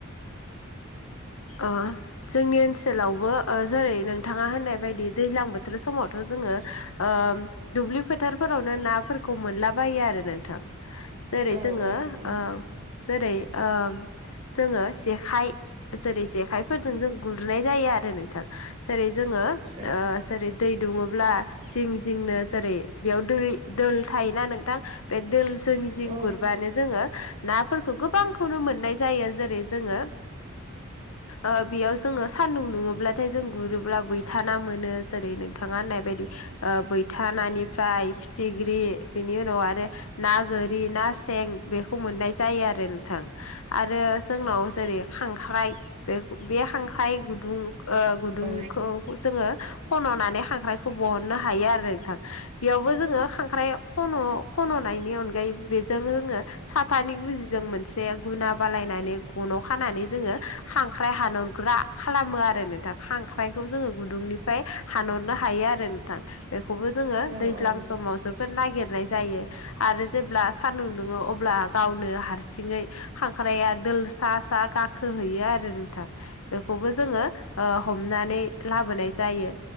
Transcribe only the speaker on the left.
ओ जोंनि ओनसोलावबो ओ जेरै नोंथाङा होननाय बायदि दैज्लां बोथोर समावथ' जोङो ओम दुब्लि फोथारफोरावनो नाफोरखौ मोनलाबायो आरो नोंथां। जेरै
जोङो
ओ जेरै ओ जोङो जेखाइ जेरै जेखायफोरजों जों गुरुनाय जायो आरो नोंथां जेरै जोङो ओ
जेरै दै दुङोब्ला जिं जिंनो जेरै बेयाव दै दोल थायोना नोंथां। बे दोल जों जिं
गुरबानो जोङो नाफोरखौ गोबांखौनो मोननाय जायो जेरै जोङो ओ बेयाव जोङो सान्दुं दुङोब्लाथाय जों गुरोब्ला बैथाना मोनो जेरै नोंथाङा होननाय बायदि। ओ बैथानानिफ्राय फिथिग्रि बेनि उनाव आरो ना गोरि ना सें बेखौ मोननाय जायो आरो नोंथां। आरो जोंनाव जेरै खांख्राइ बे बे खांख्राइ गुदुं ओ गुदुंखौ
जोङो खन'नानै खांख्राइ बहननो हायो आरो नोंथां। बेयावबो जोङो खांख्राइ खन' खन'नायनि अनगायै बेजों जोङो साथानि गुजिजों मोनसे गुना बालायनानै गनाव खानानै जोङो खांख्राइ हानरग्रा खालामो आरो नोंथां खांख्राइखौ जोङो गुदुंनि <unintelligible> फ्राय हानहरनो हायो आरो नोंथां। बेखौबो जोङो दैज्लां
समाव जोबोद नागिरनाय जायो। आरो जेब्ला सान्दुं दुङो अब्ला गावनो हारसिङै खांख्राया दोलसा सा गाखोहैयो आरो नोंथां। बेखौबो जोङो ओ हमनानै लाबोनाय जायो।